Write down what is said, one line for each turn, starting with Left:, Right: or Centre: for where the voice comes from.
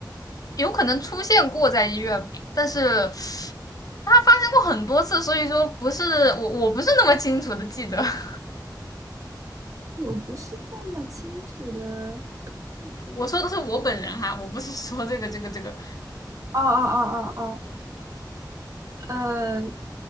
Left: 有可能出现过在医院，但是它发生过很多次，所以说不是我我不是那么清楚的记得。<laughs>
Right: 我不是这么清楚的记得。这个
Left: 我说的是我本人哈，我不是说这个这个这个，
Right: 哦哦哦哦哦，呃，